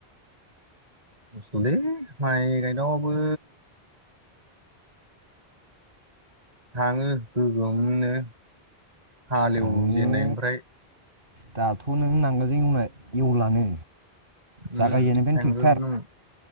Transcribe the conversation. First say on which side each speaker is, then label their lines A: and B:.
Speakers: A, on the right; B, on the right.
A: कस्ट'लै माइ गायनायावबो थाङो गोगोमनो। हालेवजेननायनिफ्राय।
B: थाङो दाथ' नों नांगोलजों एवनाय एवलानो
A: उम
B: जागाय जेननायफ्रानो
A: थांगोन
B: ट्रेक्टार